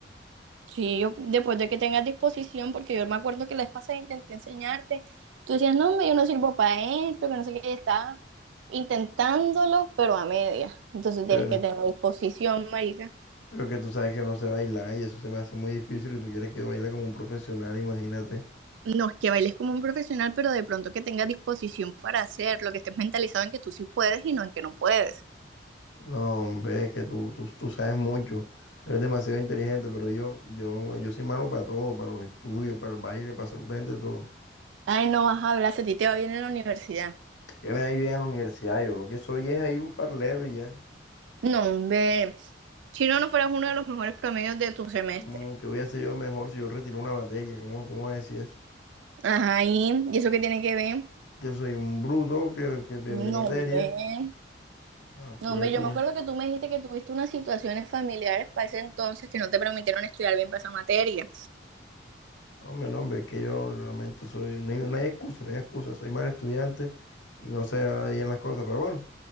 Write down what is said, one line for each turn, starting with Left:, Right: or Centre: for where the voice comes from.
Right: Sí, yo, después de que tengas disposición, porque yo me acuerdo que la vez pasada intenté enseñarte, tú decías, no, hombre, yo no sirvo para esto, que no sé qué, y estabas intentándolo, pero a media. Entonces tienes
Left: Bueno,
Right: que tener disposición, marica.
Left: pero que tú sabes que yo no sé bailar y eso se me hace muy difícil y tú quieres que yo baile como un profesional, imagínate.
Right: No es que bailes como un profesional, pero de pronto que tengas disposición para hacerlo, que estés mentalizado en que tú sí puedes y no en que no puedes.
Left: No, hombre, es que tú, tú, tú sabes mucho, eres demasiado inteligente, pero yo, yo, yo soy malo para todo, para los estudios, para el baile, para absolutamente todo.
Right: Ay, no vas a hablar, si a ti te va bien en la universidad.
Left: ¿Qué me da bien en la universidad? Yo lo que soy es ahí un parlero y ya.
Right: No, hombre, si no, no fueras uno de los mejores promedios de tu semestre.
Left: ¿Cómo que voy a ser yo el mejor si yo retiro una materia? ¿Cómo, cómo vas a decir eso?
Right: Ajá, y ¿y eso qué tiene que ver.
Left: Que soy un bruto que, que pierde
Right: No,
Left: materia.
Right: hombre.
Left: Ah,
Right: No,
Left: pues
Right: hombre,
Left: tú,
Right: yo me acuerdo que tú me dijiste que tuviste unas situaciones familiares para ese entonces que no te permitieron estudiar bien para esa materia.
Left: hombre, no, hombre, es que yo realmente soy, no hay, no hay excusa, no hay excusa, soy mal estudiante y no sé bien las cosas, pero bueno.